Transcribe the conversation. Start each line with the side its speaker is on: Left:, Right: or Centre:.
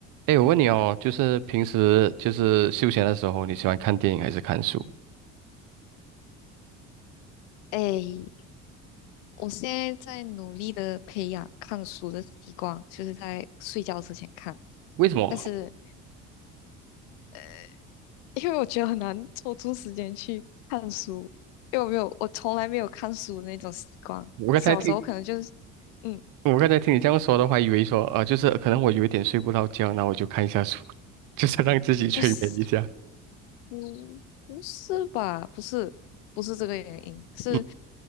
Right: 哎，我问你哦，就是平时就是休闲的时候，你喜欢看电影还是看书？
Left: 哎，我现在在努力的培养看书的习惯，就是在睡觉之前看。
Right: 为什么？
Left: 但是，呃，因为我觉得很难抽出时间去看书，因为我没有，我从来没有看书的那种习惯。
Right: 我刚才听，
Left: 小时候可能就是，嗯，
Right: 我刚才听你这样说的话，以为说，呃，就是可能我有一点睡不着觉，那我就看一下书，<laughs> 就是让自己催眠一下。
Left: 不是。嗯，不是吧？不是，不是这个原因，是，
Right: 嗯